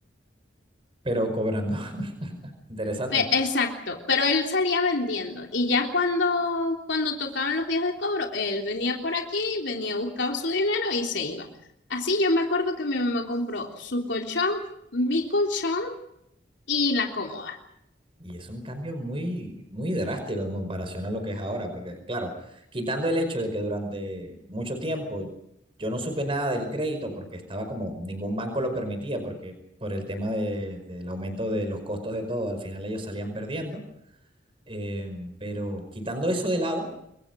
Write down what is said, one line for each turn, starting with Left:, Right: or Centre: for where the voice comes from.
Right: pero cobrando. <laughs> Interesante.
Left: Pe- Exacto, pero él salía vendiendo y ya cuando, cuando tocaban los días de cobro, él venía por aquí, venía, buscaba su dinero y se iba. Así yo me acuerdo que mi mamá compró su colchón, mi colchón y la cómoda.
Right: Y es un cambio muy, muy drástico en comparación a lo que es ahora, porque claro, quitando el hecho de que durante mucho tiempo yo no supe nada del crédito porque estaba como, ningún banco lo permitía, porque por el tema de- del aumento de los costos de todo, al final ellos salían perdiendo. Eh, pero quitando eso de lado